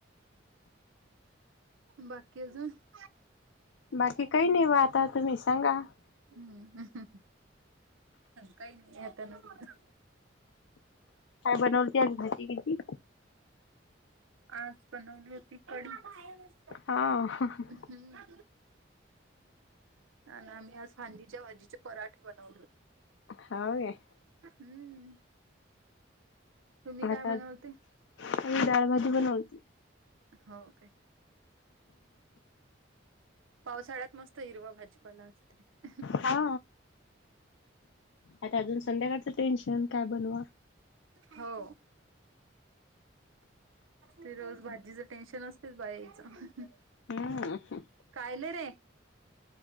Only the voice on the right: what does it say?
बाकी अजून <unintelligible>
हम्म काही नाही आता <unintelligible>
आज बनवली होती कढी <unintelligible>
हम्म ना आम्ही आज फांदीच्या भाजीच्या <unintelligible> पराठे बनवले होते <unintelligible>
हम्म तुम्ही काय
बनवलते?
हो काय पावसाळ्यात मस्त हिरवा भाजीपाला असतय.
हो. ते रोज भाजीचं टेन्शन असतेच बायचं
कायल रे